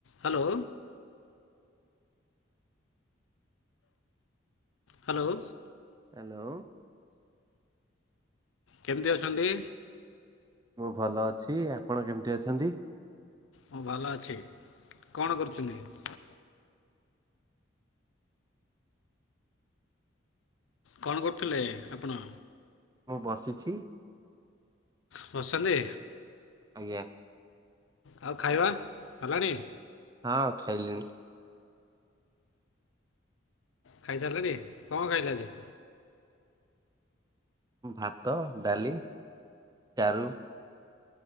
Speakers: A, on the left (about 80°); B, on the right (about 20°).
A: ହାଲୋ। ହାଲୋ।
B: ହାଲୋ।
A: କେମିତି ଅଛନ୍ତି?
B: ମୁଁ ଭଲ ଅଛି। ଆପଣ କେମିତି ଅଛନ୍ତି?
A: ମୁଁ ଭଲ ଅଛି। କଣ କରୁଛନ୍ତି? କଣ କରୁଥିଲେ? ଆପଣ।
B: ମୁଁ ବସିଛି।
A: ବସିଛନ୍ତି।
B: ଆଜ୍ଞା।
A: ଆଉ ଖାଇବା ହେଲାଣି?
B: ହଁ ଖାଇଲିଣି।
A: ଖାଇ ସାରିଲେଣି କଣ ଖାଇଲେ ଆଜି?
B: ଭାତ ଡାଲି - ଚାରୁ।